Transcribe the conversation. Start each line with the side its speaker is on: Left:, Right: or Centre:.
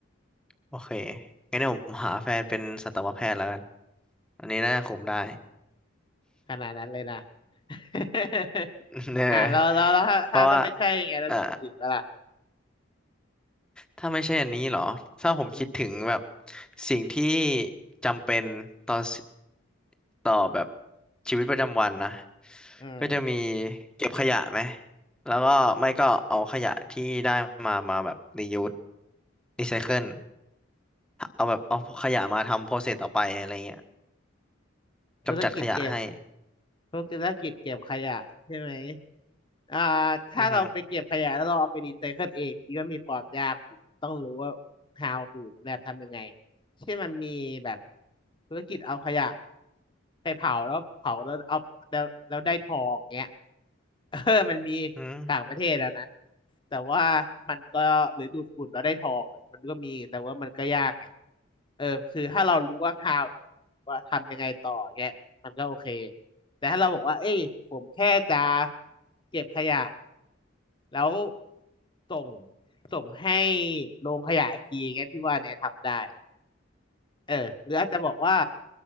Centre: โอเคงั้นเดี๋ยวผมหาแฟนเป็นสัตวแพทย์แล้วกันอันนี้น่าคุมได้
Left: ขนาดนั้นเลยนะ <laughs>
Centre: <laughs> เออ
Left: อ่าแล้วแล้วแล้วถ้าถ้าจะไม่ใช่ไงแล้วมีอื่นๆปะล่ะ
Centre: เพราะว่าอ่าถ้าไม่ใช่อันนี้เหรอ ถ้าผมคิดถึงแบบ
Left: อืม
Centre: สิ่งที่จำเป็นต่อสต่อแบบชีวิตประจำวันนะ
Left: อืม
Centre: ก็จะมีเก็บขยะไหม แล้วก็ไม่ก็เอาขยะที่ได้มามาแบบรียูสรีไซเคิลเอาแบบเอาขยะมาทำโปรเซสต่อไปอะไรเงี้ย
Left: ธุรกิจเกม
Centre: กำจัดขยะให้
Left: พวกธุรกิจเก็บขยะใช่ไหมอ่าถ้าเราไปเก็บขยะแล้วเราเอาไปรีไซเคิลเองพี่ว่ามีความยากอยู่ต้องรู้ว่า
Centre: อือฮึ
Left: how to มันแบบทำยังไงเช่นมันมีแบบธุรกิจเอาขยะไปเผาแล้วเผาแล้วเอาแล้วแล้วได้ทองเงี้ย <laughs> เออมันมี
Centre: อืม
Left: ต่างประเทศแล้วนะแต่ว่ามันก็หรือดูดฝุ่นแล้วได้ทองอะมันก็มีแต่ว่ามันก็ยากไงเออคือถ้าเรารู้ว่า how to ว่าทำยังไงต่อเงี้ยมันก็โอเค แต่ถ้าเราบอกว่า เอ้ยผมแค่จะเก็บขยะแล้วส่งส่งให้โรงขยะอีกทีอย่างเงี้ยพี่ว่าเนี่ยทำได้ เออ หรืออาจจะบอกว่า